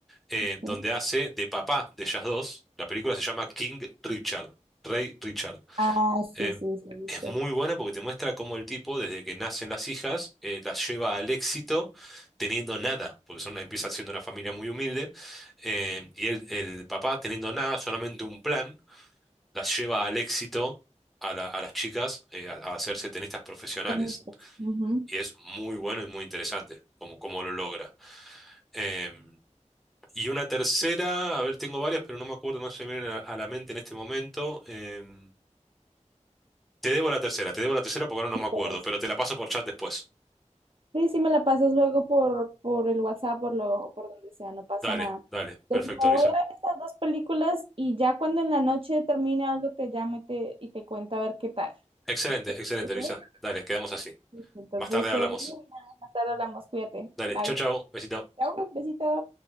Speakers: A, in the centre; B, on the right.
A: eh,
B: sí.
A: donde hace de papá de ellas dos. La película se llama King Richard, Rey Richard
B: Ah, sí,
A: em,
B: sí, sí, listo.
A: es muy buena porque te muestra cómo el tipo, desde que nacen las hijas, eh, las lleva al éxito teniendo nada, porque son, empieza siendo una familia muy humilde, em, y el, el papá teniendo nada, solamente un plan, las lleva al éxito a, la- a las chicas eh, a, a hacerse tenistas profesionales.
B: Son mis tres. Ujú,
A: Y es muy bueno y muy interesante cómo, cómo lo logra. Em, y una tercera, a ver, tengo varias, pero no me acuerdo, no se me vienen a, a la mente en este momento. Em, Te debo la tercera, te debo la tercera porque ahora no
B: sí,
A: me acuerdo,
B: con eso.
A: pero te la paso por chat después.
B: Sí, sí, me la pasas luego por, por el WhatsApp, por lo, o por donde sea, no pasa
A: Dale,
B: nada.
A: dale,
B: Entonces,
A: perfecto,
B: me voy
A: Luisa.
B: a ver estas dos películas y ya cuando en la noche termine algo te llamo y te, y te cuento a ver qué tal.
A: Excelente, excelente,
B: ¿Te parece?
A: Luisa. Dale, quedamos así.
B: Entonces,
A: Más tarde
B: te,
A: hablamos.
B: más tarde hablamos, cuídate.
A: Dale,
B: Bye.
A: Chau, chau. besito.
B: Chao, besito.